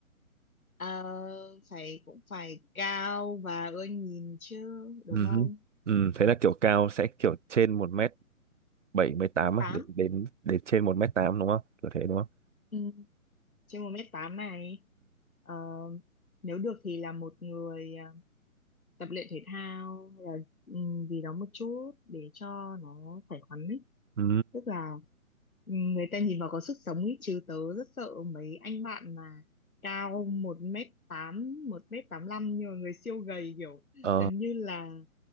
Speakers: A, on the left; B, on the right.
A: Ờ, phải cũng phải cao và ưa nhìn chứ đúng
B: Ừ.
A: không?
B: hứ. Ừ, thế là kiểu cao sẽ kiểu trên 1m78
A: 8
B: à, đến đến đến trên một mét tám đúng không? Kiểu thế đúng không?
A: ừ, trên một mét tám này Ờ, nếu được thì là một người à, tập luyện thể thao hay là ừ, gì đó một chút để cho nó khỏe khoắn
B: Ừ.
A: tức là ừ, người ta nhìn vào có sức sống ấy chứ tớ rất sợ mấy anh bạn mà cao một mét tám một mét tám lăm nhưng mà người siêu gầy kiểu
B: Ừ.
A: gần như là